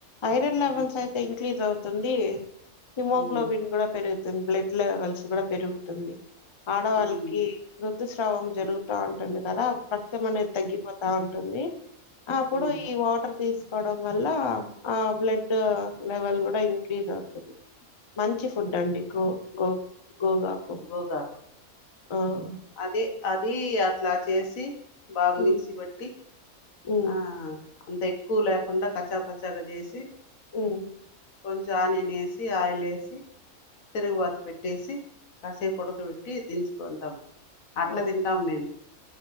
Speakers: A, on the left; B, on the left.
A: ఐరన్
B: అవును
A: లెవెల్స్ అయితే ఇంక్రిజ్ అవు తుంది హిమోగ్లోబిన్
B: ఉమ్,
A: కూడా పెరుగు బ్లడ్ లెవెల్స్ కూడ పెరుగుతుంది ఆడవాళ్ళకి
B: ఉమ్,
A: ఋతుస్రావం జరుగుతంటుంది
B: ఉమ్,
A: పత్తెం అనేది తగ్గి
B: ఉమ్,
A: పోతు తా ఉంటుంది అప్పుడు
B: ఉమ్.
A: ఈ వాటర్ తీసుకు కోవడం వల్ల ఆ బ్లడ్ లెవెల్ కూడా ఇంక్రీజ్ అవుతుంది. మంచి ఫుడ్ అండి గో గో గోగాకు
B: గోగాకు
A: ఆహ్
B: అదే అది అట్లా చేసి బాగు
A: ఉమ్
B: మిక్సీ పట్టి
A: ఉమ్
B: ఆహ్ అంత ఎక్కువ లేకుండా కచాపచాగా చేసి
A: ఉహ్
B: కొంచెం అనియన్ ఎసి ఆయిల్ లేసి తిరుగుబా పెట్టేసి కాసేపు ఉడకపెట్టి దించుకుంటాం. అట్లా
A: ఓ-
B: తింటాం మేము.